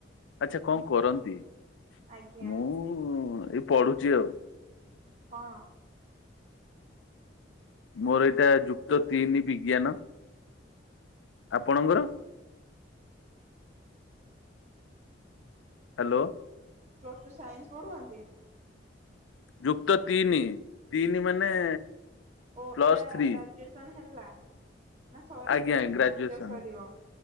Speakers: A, on the left (about 80°); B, on the right (about 35°).
A: ଆଚ୍ଛା କଣ କରନ୍ତି?
B: ଆଜ୍ଞା।
A: ମୁଁ ଏଇ ପଢୁଛି ଆଉ।
B: କଣ?
A: ମୋର ଏଇଟା ଯୁକ୍ତ ତିନି ବିଜ୍ଞାନ। ଆପଣଙ୍କର? ହାଲୋ।
B: ପ୍ଲସ ଟୁ ସାଇନ୍ସ ପଢୁହନ୍ତି?
A: ଯୁକ୍ତ ତିନି ତିନି ମାନେ
B: ଓ
A: ପ୍ଲସ୍
B: ଏଇଟା
A: ଥ୍ରୀ
B: ଗ୍ରାଜୁଏସନ ହେଲା। ନା ସରିବ
A: ଆଜ୍ଞା
B: ମାନେ
A: ଗ୍ରାଜୁଏସନ
B: ଫାଷ୍ଟ ଇଅର୍ ସରିବ?